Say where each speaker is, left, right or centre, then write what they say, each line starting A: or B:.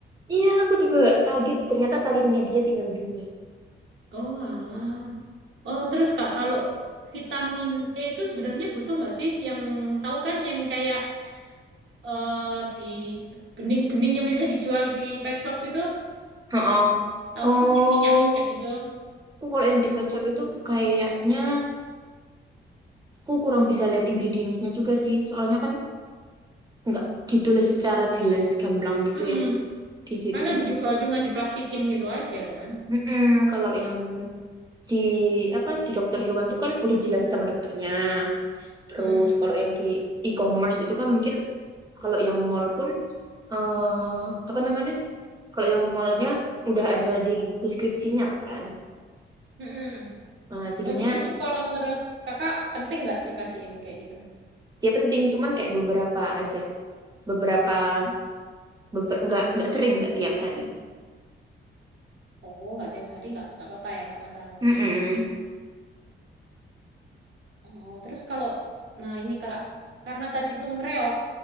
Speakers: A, on the right; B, on the right.
A: Iya, aku juga kaget. Ternyata taringnya dia tinggal dua.
B: Oh, alah. Oh, terus, Kak, kalau vitamin E itu sebenarnya butuh nggak sih? Yang tahu kan yang kayak eh, di bening-bening yang bisa dijual di pet shop itu?
A: Heeh.
B: Tahu
A: Oh,
B: kan yang minyak-minyak gitu.
A: aku kalau yang di pet shop itu kayaknya aku kurang bisa lihat ingredients-nya juga sih. Soalnya kan nggak ditulis secara jelas gamblang gitu
B: Mm-mm.
A: ya di situ.
B: Kan kan dijual cuman diplastikin gitu aja kan?
A: Mm-mm, kalau yang di apa di dokter hewan tuh kan udah jelasin sama dokternya. Terus
B: Hmm.
A: kalau yang di e-commerce itu kan mungkin kalau yang mall pun eh apa namanya? Kalau yang mallnya udah ada di deskripsinya kan.
B: Mm-mm.
A: Nah, jadinya
B: Oh, jadi itu kalau menurut kakak penting nggak dikasihin kayak gitu?
A: ya penting cuman kayak beberapa aja. Beberapa beber- nggak nggak sering nggak tiap hari.
B: Oh, nggak tiap hari nggak nggak apa-apa ya nggak masalah.
A: Mm-mm,
B: Oh, terus kalau nah ini kak karena tadi tuh ngereok